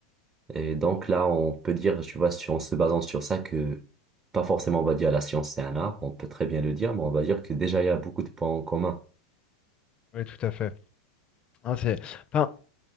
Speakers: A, on the right; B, on the left.
A: Et donc là, on peut dire, tu vois, si en se basant sur ça, que pas forcément on va dire la science c'est un art, on peut très bien le dire, mais on va dire que déjà il y a beaucoup de points en commun.
B: Oui, tout à fait. Hein, c'est... Enfin,